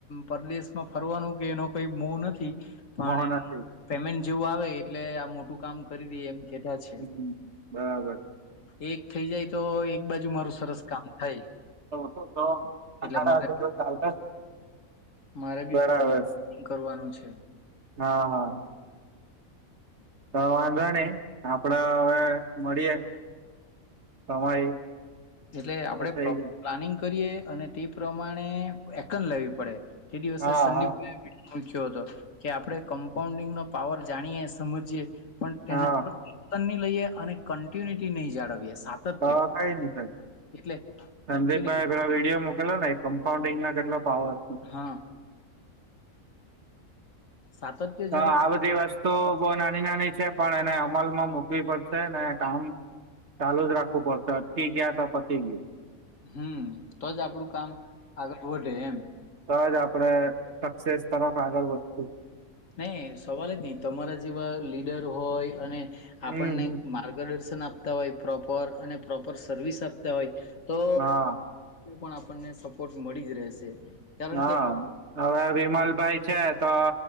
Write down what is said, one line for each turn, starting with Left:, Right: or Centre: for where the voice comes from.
Left: પરદેશમાં ફરવાનું કે એનો કઈ મો નથી પણ
Right: મોહ
Left: એનું
Right: નથી
Left: પેમેન્ટ જેવું આવે એટલે આ મોટું કામ કરી દે એમ કેધા છે
Right: હ બરાબર.
Left: એક થઇ જાય તો એક બાજુ મારું સરસ કામ થાય
Right: તો ચાલતા
Left: એટલે મારે
Right: <unintelligible>
Left: મારે બી
Right: બરાબર
Left: પ્રોબ્લેમ કરવાનું છે.
Right: હા હા હા. તો વાંધો નહી આપડે હવે મળીએે સમય
Left: એટલે આપણેે
Right: થઈ
Left: પ્રો
Right: ગયો
Left: પ્લાનિંગ કરીએ અને તે પ્રમાણે એકન લેવી પડે કે દિવસે
Right: હા
Left: સંડીપ
Right: હા
Left: મૂખ્યો હતો કે આપડણે કમ્પાઉન્ડિંગ નો પાવર જાણીએ સમજીએ પણ તેના
Right: હા
Left: પરતન ની લઈએ અને કન્ટિન્યુટી નહી જાળવીએ સાતત્ય
Right: તો <unintelligible> સંદીપભાઈ
Left: એટલે એકચુલી
Right: પેલા વિડીિયો મોકલો ને એ કમ્પાઉન્ડિંગ ના કેટલા પાવર
Left: હા સાતત્ય
Right: હ
Left: જળવ
Right: આ બધી વસ્તુ
Left: તો
Right: બહ નાની નાની છે પણ એને અમલમાં મૂકવી પડશે ને કામ ચાલુ જ રાખવું પડશે અ ગયા તો પતી ગયું
Left: હમ તો જ આપડું કામ આગળ વધે એમ
Right: તોજ આપડે સક્સેસ તરફ આગળ વધશું
Left: નહી સવાલ જ નઈ તમારા જેવા લીડર હોય અને
Right: હમ
Left: આપણને
Right: હમ
Left: માર્ગદર્શન આપતા હોય પ્રોપર અને પ્રોપર સર્વિસ આપતા હોય તો
Right: હા
Left: પણ આપણને સપોર્ટ મળી જ રહેશે. કારણ
Right: હા
Left: કે
Right: હવે વિમલભાઈ છે તો